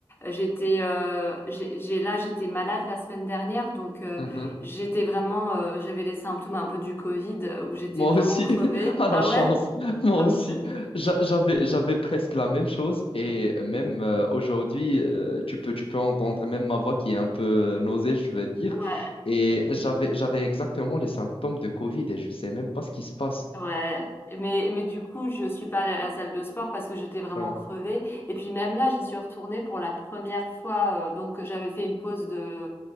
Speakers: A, on the left; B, on the left.
A: j'étais, euh, j'ai, j'ai, là, j'étais malade la semaine dernière, donc, euh,
B: Mhm.
A: j'étais vraiment, euh, j'avais les symptômes un peu du Covid euh, où j'étais
B: Moi
A: vraiment
B: aussi,
A: crevée.
B: <laughs> à la
A: Ah
B: chance,
A: ouais?
B: moi
A: Ah
B: aussi.
A: oui, c'est-
B: J'a- J'avais, j'avais presque la même chose et même euh, aujourd'hui, euh, tu peux, tu peux entendre même ma voix qui est un peu euh, nausée, je veux dire.
A: ouais.
B: Et j'avais, j'avais exactement les symptômes de Covid et je sais même pas ce qui se passe.
A: Ouais, mais, mais du coup, je suis pas allée à la salle de sport parce que j'étais vraiment
B: Ouais,
A: crevée. Et puis même là, j'y suis retournée pour la première fois. euh, donc j'avais fait une pause de